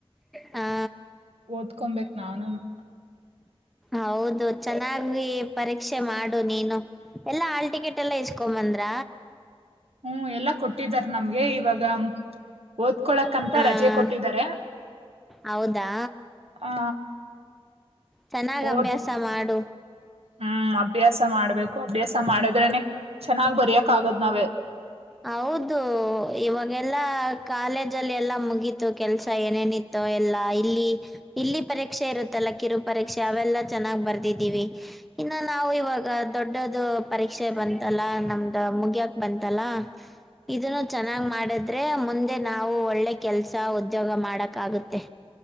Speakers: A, in the centre; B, on the right.
A: ಹಾ
B: ಓದ್ಕೊಬೇಕ್ ನಾನುನು.
A: ಹೌದು ಚೆನ್ನಾಗಿ ಪರೀಕ್ಷೆ ಮಾಡು ನೀನು. ಎಲ್ಲಾ ಹಾಲ್ ಟಿಕೆಟ್ ಎಲ್ಲ ಇಸ್ಕೊಂಬಂದ್ರ.
B: ಹ್ಮ್ ಎಲ್ಲಾ ಕೊಟ್ಟಿದಾರ್ ನಮ್ಗೆ ಇವಾಗ ಓದ್ಕೊಳಕ್ಂತ
A: ಹಾ
B: ರಜೆ ಕೊಟ್ಟಿದ್ದಾರೆ
A: ಹೌದಾ
B: ಆ
A: ಚೆನ್ನಾಗ್
B: ಓದ್
A: ಅಭ್ಯಾಸ ಮಾಡು
B: ಹ್ಮ್ ಅಭ್ಯಾಸ ಮಾಡ್ಬೇಕು ಅಭ್ಯಾಸ ಮಾಡದ್ರನೆ ಚೆನ್ನಾಗ್ ಬರಿಯಕ್ ಆಗದ್ ನಾವೇ
A: ಹೌದು ಇವಾಗೆಲ್ಲಾ ಕಾಲೇಜ್ ಜಲ್ಲಿ ಎಲ್ಲ ಮುಗಿತು ಕೆಲಸ ಏನೇನ್ ಇತ್ತು ಎಲ್ಲ ಇಲ್ಲಿ ಇಲ್ಲಿ ಪರೀಕ್ಷೆ ಇರುತ್ತಲ್ಲ ಕಿರು ಪ ಪರೀಕ್ಷೆ ಅವೆಲ್ಲ ಚೆನ್ನಾಗ್ ಬರ್ದಿದ್ದೀವಿ ಇನ್ನು ನಾವು ಇವಾಗ ದೊಡ್ಡದು ಪರೀಕ್ಷೆ ಬಂತಲ್ಲಾ ನಮ್ದ ಮುಗಿಯಕ್ ಬಂತಲ್ಲ
B: <inaudible>
A: ಇದನ್ನು ಚೆನ್ನಾಗ್ ಮಾಡಿದ್ರೆ ಮುಂದೆ ನಾವು ಒಳ್ಳೆ ಕೆಲ್ಸ ಉದ್ಯೋಗ ಮಾಡಕಾಗುತ್ತೆ